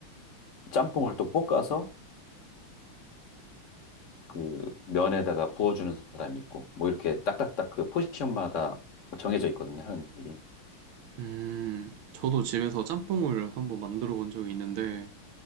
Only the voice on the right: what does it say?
음, 저도 집에서 짬뽕을 한번 만들어 본 적이 있는데,